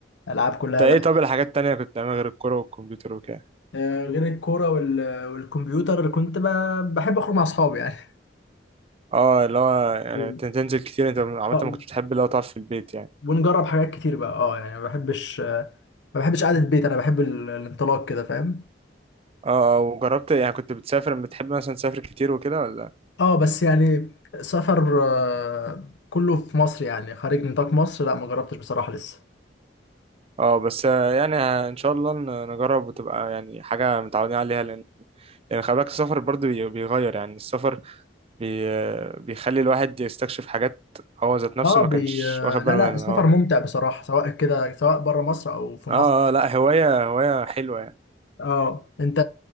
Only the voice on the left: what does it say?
العاب كلها
بقى
آه، غير الكوره وال- والكمبيوتر كنت ب- بحب اخرج مع اصحابي يعني
<laughs> مم.
آه،
ونجرب حاجات كتير بقى اه يعني ما بحبش ما بحبش قعدة البيت انا بحب ال- الانطلاق كده فاهم
اه بس يعني سفر آه، كله في مصر يعني خارج نطاق مصر لا ما جربتش بصراحة لسه
اه
بي...
آه،
لا
لا
السفر
ممتع بصراحة سواء كده سواء بره مصر او في مصر
اه انت